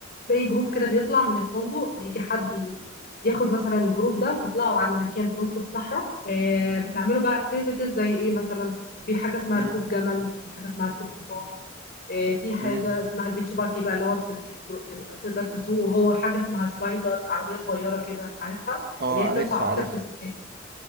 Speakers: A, on the left; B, on the right.
A: زي جروب كده بيطلع من الفندق بيجي حد ي- ياخد مثلا الجروب ده وتطلعوا على مكان في وسط الصحراء آه، بتعملوا بقى اكتيفيتيز زي ايه مثلا في حاجة اسمها
B: مم،
A: ركوب جمل في حاجة اسمها ركوب حصان آه، في حاجة
B: مم.
A: اسمها البيتش باجي بقى اللي هو بتركب تقدر تسوق وهو حاجة اسمها سبايدر عربية صغيرة كده عارفها
B: اه
A: اللي هي بتنفع
B: عارفها
A: أكتر
B: عارفها
A: في الصيف